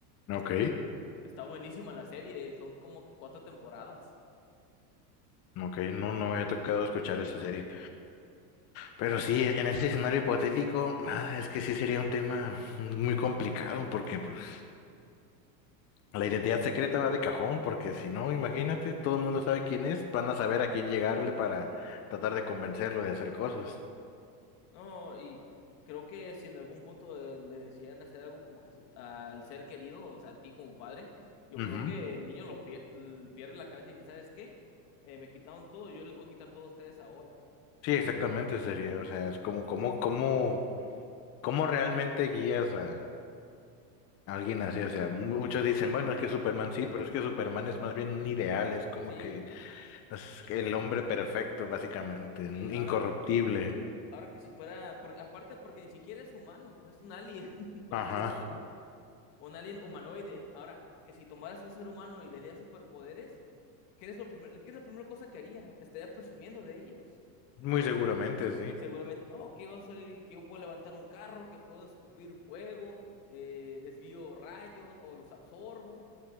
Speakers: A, on the left (about 30°); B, on the left (about 65°).
A: ok,
B: Está buenísima la serie, son como que cuatro temporadas.
A: ok, no, no había tocado escuchar esa serie, pero sí, en ese escenario hipotético, ah, es que sí sería un tema muy complicado porque pues... La
B: Dime,
A: identidad secreta
B: sí,
A: va de cajón, porque si no, imagínate, todo el mundo sabe quién es, van a saber a quién llegarle para tratar de convencerlo de hacer cosas.
B: no, y creo que si en algún punto eh, le decidieran hacer algo como que su- al ser querido, o sea, a ti como padre, yo
A: Ujú.
B: creo que el niño lo pier- l- pierde la cabeza y dice, ¿sabes qué? Eh, me quitaron todo, yo les voy a quitar todo a ustedes ahora.
A: Sí, exactamente sería, o sea, es como, como, como, cómo realmente guías a alguien así, o sea, mu- muchos dicen, bueno, es que Superman sí, pero es que Superman es más bien un ideal, es como
B: Sí,
A: que es el hombre perfecto, básicamente,
B: sí,
A: un
B: ahora,
A: incorruptible.
B: ahora que si fuera, por- aparte porque ni siquiera es humano, es un alien, <laughs> por
A: Ajá,
B: así decirlo. un alien humanoide. Ahora, que si tomaras un ser humano y le dieras superpoderes, ¿qué es lo primer- qué es la primera cosa que haría? Estaría presumiendo de ellos.
A: muy seguramente, sí.
B: Seguramente, no, que yo soy, que yo puedo levantar un carro, que puedo escupir fuego, eh, desvío rayos o los absorbo.